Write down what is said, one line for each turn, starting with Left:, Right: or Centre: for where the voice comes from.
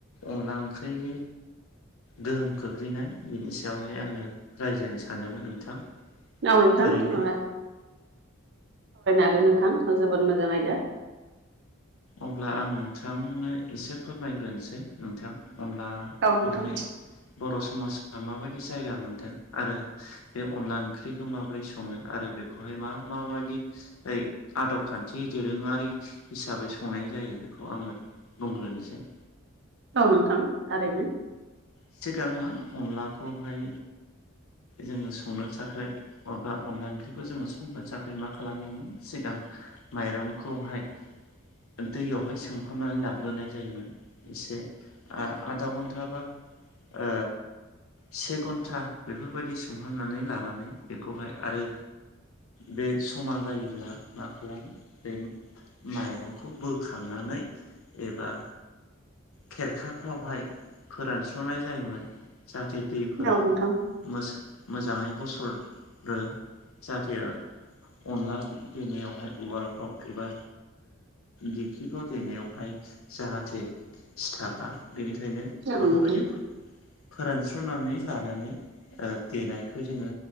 Left: अनला ओंख्रिनि गोहोम खोख्लैनाय बिनि सायावहाय आङो रायज्लायनो सानदोंमोन नोंथां
Right: औ नोंथां
Left: थारैनो
Right: सावरायनो हागोन नोंथां जोबोद मोजां आयदा
Left: अब्ला आं नोंथांनो एसे फोरमायग्रोनोसै नोंथां अब्ला
Right: औ
Left: खौहाय
Right: नोंथां
Left: बर' समाजा माबायदि जायगा मोनदों आरो बे अनला ओंख्रिखौ माबोरै सङो आरो बेखौहाय मा माबायदि ओ आदब खान्थि दोरोङारि हिसाबै संनाय जायो बेखौ आङो बुंग्रोनोसै
Right: औ नोंथां थारैनो
Left: सिगां मा अनलाखौहाय जोङो संनो थाखाय अबा अनला ओंख्रिखौ जोङो संनो थाखाय मा खालामोमोन सिगां माइरंखौहाय दैयावहाय सोंहाबनानै लाग्रोनाय जायोमोन एसे आधा घन्टा बा ओ से घन्टा बेफोरबायदि सोमहरनानै लानानै बेखौहाय आरो बे समा जायोब्ला मा खालामो बे माइरंखौ बोखांनानै एबा खेरखाफ्रावहाय फोरानस्र'नाय जायोमोन जाहाथे दैफोरा
Right: औ नोंथां
Left: मो मोजाङै गसरो जाहाथे अनला देनायावहाय उवालफ्राव एबा दिखिफ्राव देनायावहाय जाहाथे सिथाबा बेनिखायनो
Right: औ
Left: बेफोरबायदि
Right: नोंथां
Left: फोरानस्र'नानै लानानै देनायखौ जोङो